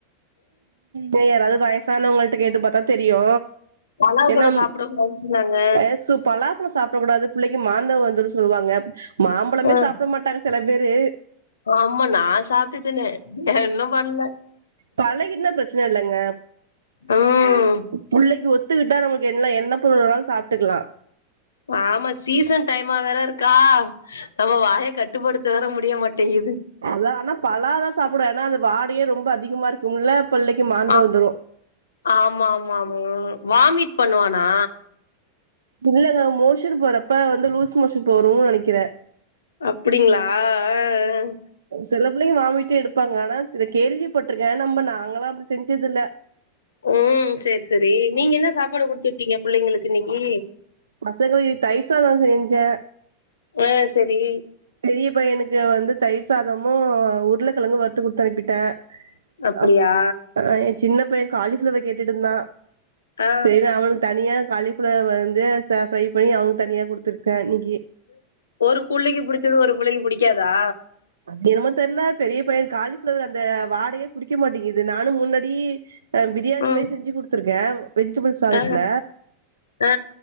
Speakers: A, on the right (about 70°); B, on the left (about 70°).
A: உ யாராவது வயசானவங்கல்ட்ட கேட்டு பாத்தா தெரியு
B: பலாப்பழோ
A: என்னம்
B: சாப்டக்கூடாதுன்னு சொன்னாங்க
A: ஏ சு பலாப்பழம் சாப்பிட கூடாது புள்ளைக்கு மாந்தம் வந்துரு சொ சொல்வாங்க மாம்பழமே
B: ஆ
A: சாப்ட மாட்டாங்க செல பேரு
B: ஆமா நா சாப்ட்டுட்டனே என்னு பண்ல
A: பழகிட்னா பிரச்சன இல்லங்க
B: ம்
A: புள்ளைக்கு ஒத்துகிட்டா நமக்கு என்ன என்ன பொருளுனாலு சாப்ட்டுக்லா
B: ஆமா சீசன் டைமா வேற இருக்கா நம்ம வாய கட்டுப்படுத் சேர முடிய மாட்டேங்கிது
A: அதா ஆனா பலா தா சாப்பிடுவ ஏன்னா அது வாடையை ரொம்ப அதிகமா இருக்கும்ல பிள்ளைக்கு மாந்த
B: ஆ
A: வந்துரு
B: ஆமா ஆமா ஆமா வாமிட் பண்ணுவானா
A: இல்லங்க மோஷன் போறப்ப வந்து லூஸ் மோஷன் போறோனு நெனைக்கிறே
B: அப்டிங்களா அ அ
A: செலப்புள்ளைங்க வாமிட்டு எடுப்பாங்க ஆனா இத கேள்விப்பட்டிருக்கே நம்ம நாங்கல்லா அப்டி செஞ்சது இல்ல
B: ம் செரி செரி நீங்க என்ன சாப்பாடு குடுத்து விட்டீங்க புள்ளைங்களுக்கு இன்னைக்கு
A: பசங்கோ தயிர் சாதோ செஞ்சே
B: ஆ சரி
A: பெரிய பையனுக்கு வந்து தயிர் சாதமு உருளகெழங்கு வறுத்து குடுத்து அனுப்பிட்டே
B: அப்டியா
A: அப் எ சின்ன பைய காளிஃபிளவர் கேட்டுட்டு இருந்தா
B: ஆ
A: சரி அவனுக்கு தனியா காளிஃபிளவர் வந்து ஃப்ரை பண்ணி அவங்க தனியா கொடுத்துருக்கே இன்னிக்கி
B: ஒரு புள்ளைக்கு பிடிச்சது ஒரு பிள்ளைக்கு புடிக்காதா
A: அது என்னமொ தெரல பெரிய பைய காலிஃப்ளவர் அந்த வாடையே பிடிக்க மாட்டேங்குது நானு முன்னாடி அ பிரியாணி
B: ம்
A: மாரி செஞ்சி குடுத்துருக்கே வெஜிடபிள் சாதத்துல
B: ஆ ஆ